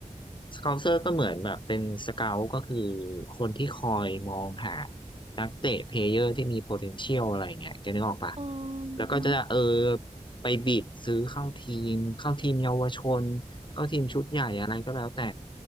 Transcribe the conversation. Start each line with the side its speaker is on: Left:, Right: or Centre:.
Left: สเกาเซอร์ก็เหมือนแบบเป็นสเกาต์ก็คือคนที่คอยมองหานักเตะเพลเยอร์ที่มี potential อะไรเงี้ยแกนึกออกปะ
Right: อ๋อ
Left: แล้วก็จะเออไปบิดซื้อเข้าทีมเข้าทีมเยาวชนเข้าทีมชุดใหญ่อะไรก็แล้วแต่